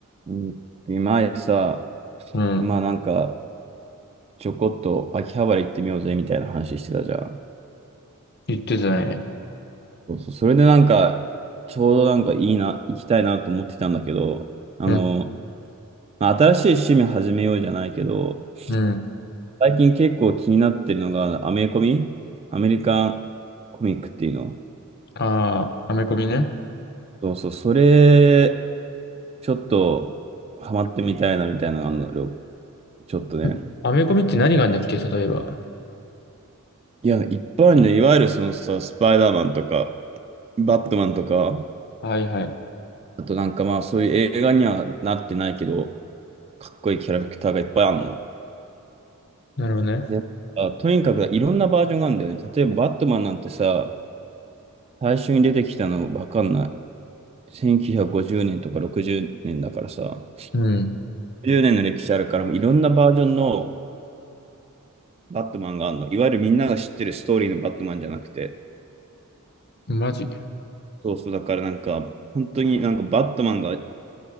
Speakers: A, on the right; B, on the left.
A: うん前さ、
B: うん。
A: まあなんか、ちょこっと秋葉原行ってみようぜみたいな話してたじゃん。
B: 言ってたね。
A: そうそう、それでなんか、ちょうどなんかいいな、行きたいなと思ってたんだけど、あの、
B: うん。
A: まあ、新しい趣味始めようじゃないけど、
B: うん。
A: 最近結構気になってるのが、アメコミアメリカンコミックっていうの。
B: ああ、アメコミね。
A: そうそう、それ、ちょっとハマってみたいなみたいなのがあるの、ちょっとね。
B: んアメコミって何があるんだっけ例えば。
A: いや、いっぱいあるね。いわゆるそのさ、スパイダーマンとか、バットマンとか、
B: はいはい。
A: あとなんかまあそういう映画にはなってないけど、かっこいいキャラクターがいっぱいあるの。
B: なるほどね。
A: で、あ、とにかくいろんなバージョンがあるんだよね。例えばバットマンなんてさ、最初に出てきたのわかんない。1950年とか60年だからさ、
B: うん。
A: 10年の歴史あるからもういろんなバージョンのバットマンがあるの。いわゆるみんなが知ってるストーリーのバットマンじゃなくて、
B: マジ。
A: そうそう、だからなんか、本当になんかバットマンが